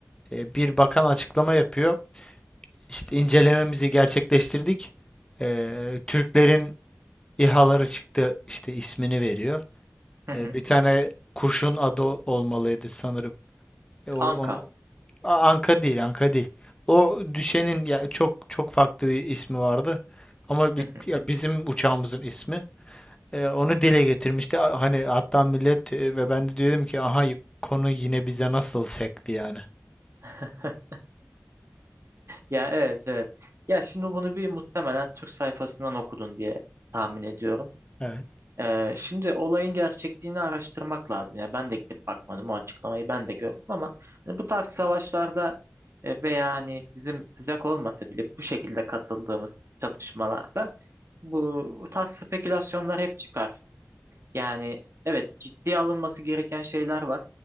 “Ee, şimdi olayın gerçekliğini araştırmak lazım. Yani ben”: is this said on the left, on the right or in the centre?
Right